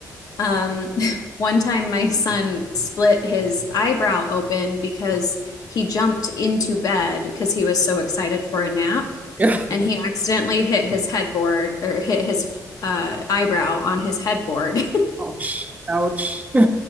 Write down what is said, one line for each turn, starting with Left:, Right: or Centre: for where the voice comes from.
Left: Um, <laughs> one time my son split his eyebrow open because he jumped into bed because he was so excited for a nap
Right: yeah.
Left: and he accidentally hit his headboard or hit his uh, eyebrow on his headboard
Right: <laughs> Ouch, ouch.